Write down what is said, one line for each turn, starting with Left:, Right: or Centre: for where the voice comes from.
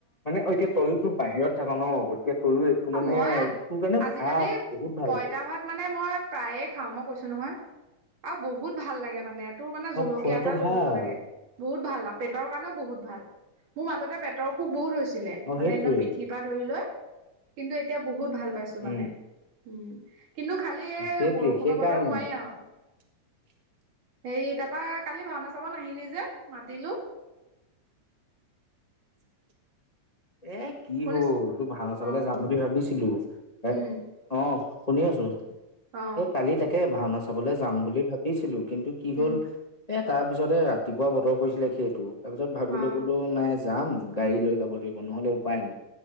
Left: মানে অ এতিয়া তয়োতো বাহিৰত থাক ন গতিকে তইয়ো এইটো
Right: অ
Left: মানে
Right: মই
Left: তোৰ কাৰণে
Right: আজিকালি
Left: ভাল বহুত ভাল
Right: পইতা
Left: হ'ব
Right: ভাত মানে মই প্ৰায়ে খাওঁ মই কৈছো নহয় আৰু বহুত ভাল লাগে মানে তোৰ মানে জলকীয়া
Left: অ খোৱাটো
Right: এটা
Left: ভাল
Right: লৈ ল'ব লাগে বহুত ভাল আৰু পেটৰ কাৰণেও বহুত ভাল মোৰ মাজতে পেটৰ সুখ বহুত হৈছে ছিলে
Left: অ সেইটোৱে
Right: মানে একদম পিঠিৰ পৰাা ধৰি লৈ কিন্তু এতিয়া বহুত ভাল পাইছো মানে
Left: উম
Right: উম কিন্তু খালি
Left: অ
Right: এই
Left: সেইটোৱে
Right: বৰষুণৰ
Left: সেইকাৰণে
Right: বতৰ নোৱেই আৰু
Left: <unintelligible>
Right: হে তাৰাপা কালি ভাওনা চাব আহিলি যে মাতিলো
Left: <unintelligible> এ কি
Right: শুনিছ
Left: হ'ল তোৰ ভাওনা চাবলৈ
Right: অ
Left: যাম বুলি ভাবিছিলো এ
Right: উম
Left: অ শুনি আছো
Right: অ
Left: এই কালি তাকে ভাওনা চাবলৈ যাম বুলি ভাবিছিলো কিন্তু কি
Right: উম
Left: হল এ তাৰ পিছতে ৰাতিপুৱা বতৰ কৰিছিলে সেইটো তাৰপিছত ভাবি
Right: অ
Left: লবলৈো নাই যাম গাড়ী লৈ যাব লাগিব নহলে উপায় নাই